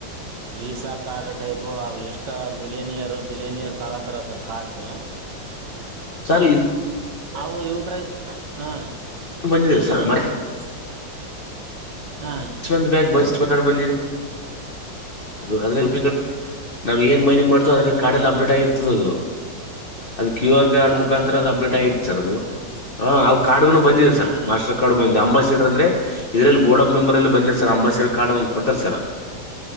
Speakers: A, on the right; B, on the left.
A: ವೀಸಾ ಕಾರ್ಡ್ ಟೈಪ್ ಎಷ್ಟ ಮಿಲನಿಯರ್ ಬಿಲಿಯನಿಯರ್ ತಗಂತಾರ ಸರ್ ಕಾರ್ಡ್ಸ್
B: ಸರ್
A: ಅವು <unintelligible> ಹಾ
B: ಬಂದಿದೇವ ಸರ್ <unintelligible>
A: ಹಾ
B: ಸ್ ಒಂದು <unintelligible> ಬ್ಯಾಗ್ ಬಂದಿದೆ ಅದ್ರ <unintelligible> ರುಪಿ ನಾವ ಏನ್ ಮೈನಿಂಗ್ ಮಾಡ್ತೋ
A: ಹಾ
B: ಅದ್ರಲ್ಲಿ
A: ಹಾ
B: ಕಾರ್ಡೆಲ್ಲ
A: ಹಾ
B: ಅಪ್ಡೇಟ್ ಆಗಿರ್ತದ ಅದು ಅದು ಕ್ಯೂ ಆರ್ ಕಾರ್ಡ್
A: ಹೌದಾ
B: ಮುಖಾಂತರ
A: ಸರ್
B: ಅದು ಅಪ್ಡೇಟ್ ಆಗಿರುತ್ತ ಸರ್ ಅದು ಹ ಅವ್ ಕಾರ್ಡ್ಗೂ ಬಂದಿದೆ ಸರ್
A: ಹಾ
B: ಮಾಸ್ಟರ್ ಕಾರ್ಡ್ ಬಂದಿದೆ ಅಂಬಸೀಟರ್ ಅಂದ್ರೆ ಇದ್ರಲ್ಲಿ ಬೋರ್ಡ್ ಆಫ್ ಮೆಂಬರ್ ಎಲ್ಲಿ ಬಂದಿರ್ ಸರ್ ಅಂಬಸಿಟ್ರ್ ಕಾರ್ಡ್ಂದ್ ಕೊಡ್ತಾರೆ ಸರ್